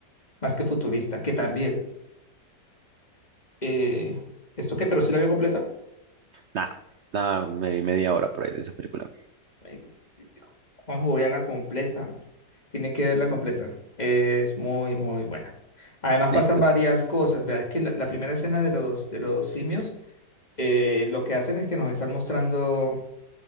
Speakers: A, on the left (about 25°); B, on the right (about 55°).
A: más que futurista, que también. eh, ¿esto qué? ¿Pero sí la vio completa?
B: Nada. Nada, me vi media hora por ahí de esa película.
A: Eh, Juanjo, vea la completa. man. Tiene que verla completa. Es muy, muy buena. Además pasan
B: Listo.
A: varias cosas. Vea, es que la, la primera escena de los, de los simios, eh, lo que hacen es que nos están mostrando...